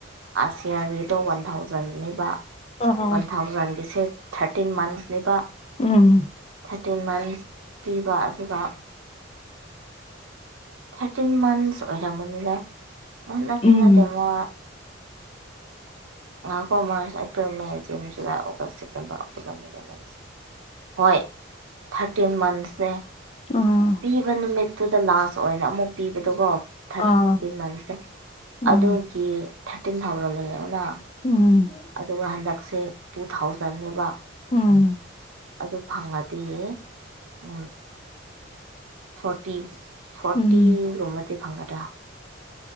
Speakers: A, on the right; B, on the left.
A: ꯁꯤꯌꯥꯔꯂꯤꯗꯣ ꯋꯥꯟ ꯊꯥꯎꯖꯟꯅꯤꯕ
B: ꯑ
A: ꯋꯥꯟ ꯊꯥꯎꯖꯟꯒꯤꯁꯦ ꯊꯥꯔꯇꯤꯟ ꯃꯟꯁꯅꯦꯕ
B: ꯎꯝ
A: ꯊꯥꯔꯇꯤꯟ ꯃꯟꯁ ꯄꯤꯕ ꯑꯗꯨꯒ ꯊꯥꯔꯇꯤꯟ ꯃꯟꯊꯁ ꯑꯣꯏꯔ ꯃꯅꯤꯗ ꯅꯠꯇꯦ
B: ꯎꯝ
A: ꯅꯠꯇꯦ ꯃ ꯉꯈꯣ March April May June July August September ꯑꯣꯛꯇꯣꯕꯔꯁ ꯍꯣꯏ ꯊꯥꯔꯇꯤꯟ ꯃꯟꯁꯅꯦ
B: ꯑꯥ
A: ꯄꯤꯕ ꯅꯨꯃꯤꯠꯇꯨꯗ ꯂꯥꯁ ꯑꯣꯏꯅ ꯑꯃꯨꯛ ꯄꯤꯕꯗꯨꯀꯣ ꯊꯥꯔꯇꯤꯟ
B: ꯑꯥ
A: ꯃꯟꯦ
B: ꯎꯝ
A: ꯑꯗꯨꯒꯤ ꯊꯥꯔꯇꯤꯟ ꯊꯥꯎꯖꯟ ꯂꯩꯌꯦ ꯑꯗꯨꯅ
B: ꯎꯝ
A: ꯑꯗꯨꯒ ꯍꯟꯗꯛꯁꯦ ꯇꯨ ꯊꯥꯎꯖꯟꯅꯦꯕ
B: ꯎꯝ
A: ꯑꯗꯨ ꯐꯪꯉꯗꯤ ꯎ ꯐꯣꯔꯇꯤ ꯐꯣꯔꯇꯤꯒꯨꯝꯕꯗꯤ
B: ꯎꯝ
A: ꯐꯪꯒꯗ꯭ꯔꯥ